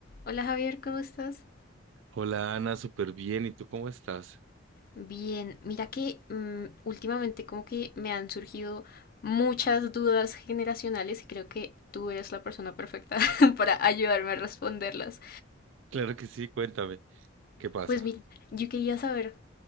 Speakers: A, on the left (about 50°); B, on the right (about 75°).
A: Hola Javier, ¿cómo estás?
B: Hola Ana, súper bien. ¿Y tú cómo estás?
A: Bien, mira que mm, últimamente como que me han surgido muchas dudas generacionales y creo que tú eres la persona perfecta <laughs> para ayudarme a responderlas.
B: Claro que sí, cuéntame, ¿qué pasa?
A: Pues mira, yo quería saber